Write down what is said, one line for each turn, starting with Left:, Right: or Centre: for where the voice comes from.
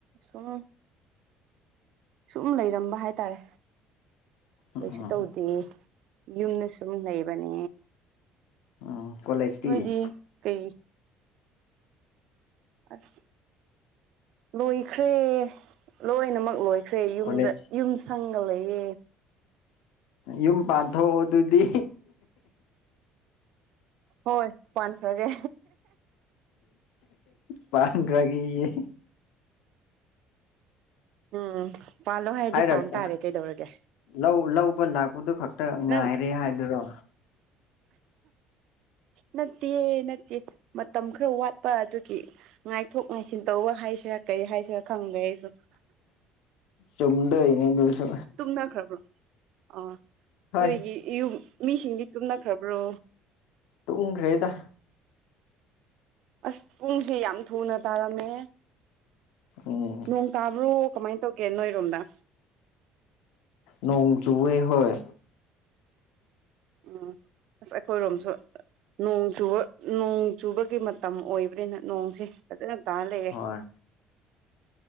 Right: ꯁꯨꯝ ꯁꯨꯝ ꯂꯩꯔꯝꯕ ꯍꯥꯏꯇꯥꯔꯦ ꯀꯩꯁꯨ
Left: ꯎꯝ ꯎꯝ
Right: ꯇꯧꯗꯦ ꯌꯨꯝꯗ ꯁꯨꯝ ꯂꯩꯕꯅꯦ
Left: ꯎꯝ ꯀꯣꯂꯦꯖꯇꯤ
Right: ꯅꯣꯏꯗꯤ ꯀꯩ ꯑꯁ ꯂꯣꯏꯈ꯭ꯔꯦ ꯂꯣꯏꯅꯃꯛ ꯂꯣꯏ ꯈ꯭ꯔꯦ ꯌꯨꯝꯗ
Left: ꯀꯣꯂꯦꯖ
Right: ꯌꯨꯝ ꯁꯪꯒ ꯂꯩꯌꯦ
Left: ꯌꯨꯝ ꯄꯥꯟꯊꯣꯛꯑꯣ ꯑꯗꯨꯗꯤ
Right: ꯍꯣꯏ ꯄꯥꯟꯈ꯭ꯔꯒꯦ
Left: ꯄꯥꯟꯈ꯭ꯔꯒꯦꯌꯦ
Right: ꯎꯝ ꯄꯥꯜꯂꯣ ꯍꯥꯏꯔꯗꯤ
Left: ꯍꯥꯏꯔꯛꯄ
Right: ꯄꯥꯟ ꯇꯥꯔꯦ ꯀꯩꯗꯧꯔꯒꯦ
Left: ꯂꯧ ꯂꯧꯕ ꯂꯥꯛꯄꯗꯨ ꯈꯛꯇ ꯉꯥꯏꯔꯦ
Right: ꯅꯪ
Left: ꯍꯥꯏꯗꯨꯔꯣ
Right: ꯅꯠꯇꯦ ꯅꯠꯇꯦ ꯃꯇꯝ ꯈꯔ ꯋꯥꯠꯄ ꯑꯗꯨꯒꯤ ꯉꯥꯏꯊꯣꯛ ꯉꯥꯏꯁꯤꯟ ꯇꯧꯕ ꯍꯥꯏꯁꯤꯔꯥ ꯀꯩ ꯍꯥꯏꯁꯤꯔꯥ ꯈꯪꯗꯦ ꯑꯩꯁꯨ
Left: ꯆꯨꯝꯗꯣꯢꯅꯦ ꯑꯗꯨꯁꯨ
Right: ꯇꯨꯝꯅꯈ꯭ꯔꯕ꯭ꯔꯣ ꯑꯥ
Left: ꯍꯣꯏ
Right: ꯅꯣꯏꯒꯤ ꯌꯨꯝ ꯃꯤꯁꯤꯡꯗꯤ ꯇꯨꯝꯅꯈ꯭ꯔꯕ꯭ꯔꯣ
Left: ꯇꯨꯝꯈ꯭ꯔꯦꯗ
Right: ꯑꯁ ꯄꯨꯡꯁꯦ ꯌꯥꯝ ꯊꯨꯅ ꯇꯥꯔꯝꯃꯦ
Left: ꯑꯝ
Right: ꯅꯣꯡ ꯇꯥꯕ꯭ꯔꯣ ꯀꯃꯥꯏꯅ ꯇꯧꯒꯦ ꯅꯣꯏꯔꯣꯝꯗ
Left: ꯅꯣꯡ ꯆꯨꯌꯦ ꯍꯣꯏ
Right: ꯎꯝ ꯑꯁ ꯑꯩꯈꯣꯏꯔꯣꯝꯁꯨ ꯅꯣꯡ ꯆꯨꯕ ꯅꯣꯡ ꯆꯨꯕꯒꯤ ꯃꯇꯝ ꯑꯣꯏꯕ꯭ꯔꯅꯤꯅ ꯅꯣꯡꯁꯦ ꯐꯖꯅ ꯇꯥꯔ ꯂꯩꯔꯦ
Left: ꯍꯣꯏ